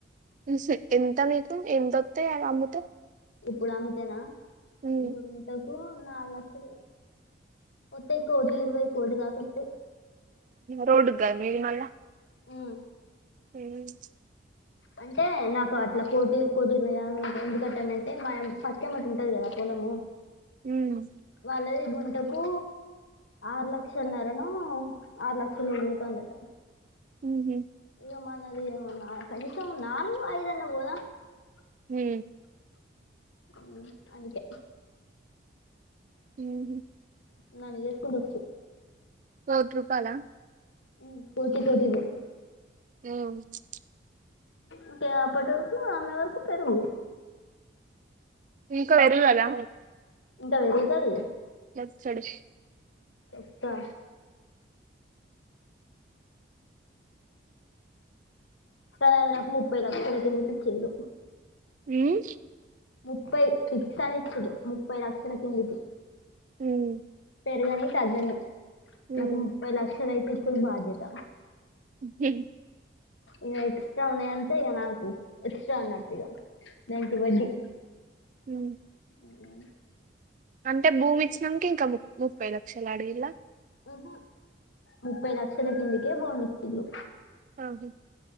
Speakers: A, on the right; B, on the left.
A: ఈ సెట్ ఎంత మీకు ఎంతొస్తాయి అవి అమ్మితే.
B: ఇప్పుడు అమ్మితేనా
A: ఉమ్
B: గుంటకు నాలుగు లక్షలు. వత్తాయి కోటి ఇరవై కోటి దాక వత్తాయి.
A: రోడ్గా గదనే మళ్ళా
B: మ్మ్
A: హ <unintelligible>
B: అంటే నాకు అట్లా కోటి కోటి, ఇరవై ఆదు ఎందుకు అంటానంటే మా పక్కెమటి ఉంటాది కదా పొలము.
A: ఉమ్.
B: వాళ్ళది గుంట కు ఆరు లక్షలన్నరనో, ఆరు లక్షలో పోతాందట.
A: హుహ్మ్
B: ఇగ మనది కనీసం నాలుగూ, ఐదన్న పోదా?
A: మ్
B: అవునా, అందుకే
A: మ్హ్
B: నన్ను చేసుకుండచ్చు.
A: కోట్ రూపాయలా?
B: మ్ కోటి కోటిదే
A: యావుచ్
B: ఇంకే అప్పటి వరకు ఆమె వరకు పెరుగు.
A: ఇంకా పెరగదా?
B: ఇంకా పెరుగుతాది.
A: ఛ చ్చడసి
B: ఎట్టా పైనా నాకు ముప్పై తక్కువ చేసి ఇచ్చిండు.
A: మ్ క్చ్
B: ముప్పై ఇస్తా అని ఇచ్చిండు. ముప్పై లక్షల తొమ్మిది
A: మ్
B: పెరగని, తగ్గని
A: ఉమ్,
B: నాకు ముప్పై లక్షలు అయితే ఇచ్చడు బాధ్యత.
A: హి
B: ఇక ఎక్స్ట్రా ఉన్నాయి అంటే ఇక నాకు ఎక్స్ట్రా అన్నట్ ఇక దానికి వడ్డీ.
A: మ్
B: అవునా
A: అంటే భూమి ఇచ్చినంక ఇంకా ముప్పై లక్షలు అడిగిల్లా
B: మ్ హు ముప్పై లక్షల కిందకే భూమి ఇచ్చిర్రు.
A: అవును